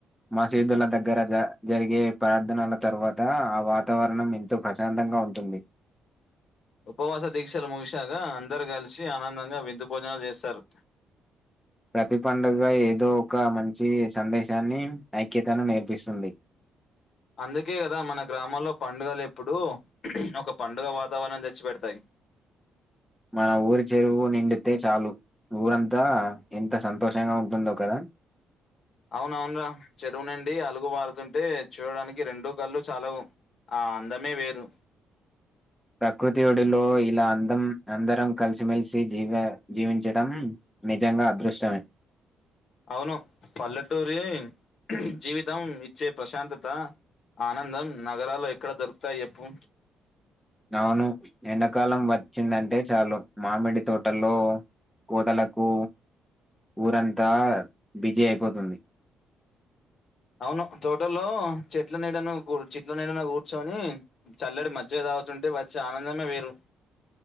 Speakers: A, in the centre; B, on the left.
A: మసీదుల దగ్గర జ జరిగే ప్రార్థనల తరువాత ఆ వాతావరణం ఎంతో ప్రశాంతంగా ఉంటుంది
B: ఉపవాస దీక్షలు ముగిశాక అందరు కలిసి ఆనందంగా విందు భోజనాలు చేస్తారు
A: <inaudible> ప్రతి పండుగ ఏదో ఒక మంచి సందేశాన్ని ఐక్యతను నేర్పిస్తుంది <inaudible>
B: అందుకే కదా మన గ్రామల్లో పండుగలు ఎప్పుడు ఒక పండుగ వాతావరణం తెచ్చి పెడతాయ్
A: మన ఊరి చెరువు నిండితే చాలు ఊరంతా ఎంత సంతోషంగా ఉంటుందో కదా
B: అవునవును రా చెరువునిండి అలుగు బారుతుంటే చూడడానికి రెండూ కళ్ళు చాలవు ఆ అందమే వేరు
A: ప్రకృతి ఒడిలో ఇలా అందం అందరం కలిసిమెలిసి జీవ జీవించడం నిజంగా అదృష్టమే
B: అవును పల్లెటూరి జీవితం ఇచ్చే ప్రశాంతత ఆనందం నగరాల్లో ఎక్కడ దొరుకుతాయి ఎప్పు
A: అవును ఎండాకాలం వచ్చిందంటే చాలు మామిడి తోటల్లో కోతలకు ఊరంతా బిజీ అయిపోతుంది
B: అవును తోటోల్లో చెట్లు నీడను కూర్ చెట్ల నీడన కూర్చొని చల్లడి మజ్జిగ తాగ్ తాగుతుంటే వచ్చే ఆనందమే వేరు